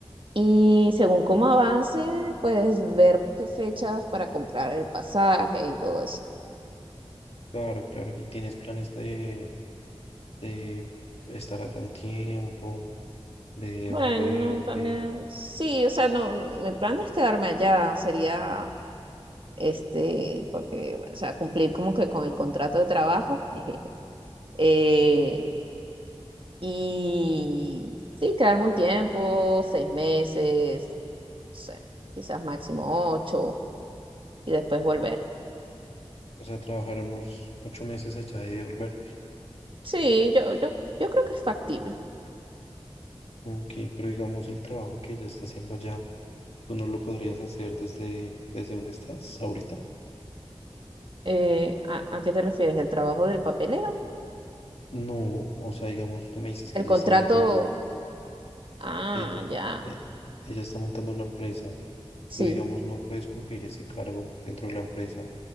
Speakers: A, on the right; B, on the left.
A: y según cómo avance, pues ver qué fechas para comprar el pasaje y todo eso.
B: Claro, claro, y tienes planes de, de estar allá un tiempo, de
A: Bueno,
B: volverte.
A: también, sí, o sea, no, mi plan no es quedarme allá, sería, este, porque, bueno, o sea, cumplir como que con el contrato de trabajo, <laughs> eh, y sí, quedarme un tiempo, seis meses, no sé, quizás máximo ocho y después volver.
B: O sea, trabajar unos ocho meses allá y devolverte.
A: Sí, yo, yo, yo creo que es factible.
B: Ok, pero digamos el trabajo que ella está haciendo allá, ¿tú no lo podrías hacer desde, desde donde estás ahorita?
A: Eh, ¿a, a qué te refieres? ¿El trabajo del papeleo?
B: No, o sea, digamos, tú me dices que
A: ¿El
B: ella
A: contrato?
B: está montando,
A: Ah,
B: que ella,
A: ya,
B: eh, ella está montando una empresa.
A: sí.
B: Tú, digamos, no puedes cumplir ese cargo dentro de la empresa